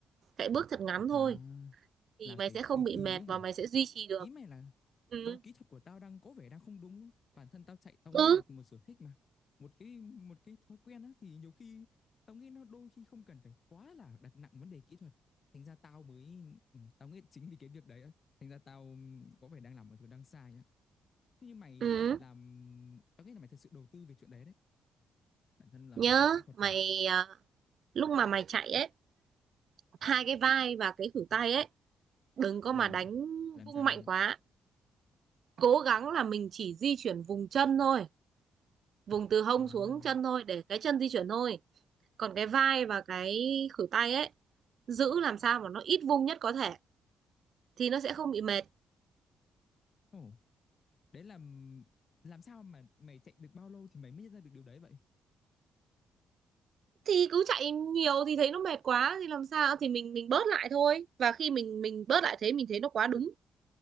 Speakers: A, on the right; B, on the left.
A: chạy bước thật ngắn thôi
B: à
A: thì
B: là phải
A: mày sẽ không
B: từ
A: bị
B: từ
A: mệt
B: ấy hả
A: và mày sẽ duy trì được
B: Ý mày là
A: ừ
B: do kỹ thuật của tao đang có vẻ đang không đúng không? Bản thân tao chạy tao nghĩ
A: ừ
B: là một sở thích mà. Một cái một cái thói quen á thì nhiều khi tao nghĩ nó đôi khi không cần phải quá là đặt nặng vấn đề kỹ thuật. Thành ra tao mới ừ, tao nghĩ chính vì cái việc đấy á, thành ra tao ừm, có vẻ đang làm một thứ đang sai á. Thế Như mày
A: ừ
B: làm tao nghĩ là mày thực sự đầu tư về chuyện đấy đấy. Bản thân là
A: nhớ
B: việc học kỹ thuật
A: mày
B: chẳng hạn.
A: à, lúc mà mày chạy ấy hai cái vai và cái khuỷu tay ấy đừng có
B: Ừ,
A: mà đánh
B: làm
A: vung
B: sao
A: mạnh quá cố gắng là mình chỉ di chuyển vùng chân thôi vùng từ hông
B: à
A: xuống chân thôi để cái chân di chuyển thôi còn cái vai và cái khuỷu tay ấy giữ làm sao mà nó ít vung nhất có thể thì nó sẽ không bị mệt
B: ồ, đấy là ừ, làm sao mà mày chạy được bao lâu thì mày mới nhận ra được điều đấy vậy?
A: thì cứ chạy nhiều thì thấy nó mệt quá thì làm sao thì mình mình bớt lại thôi và khi mình mình bớt lại thế mình thấy nó quá đúng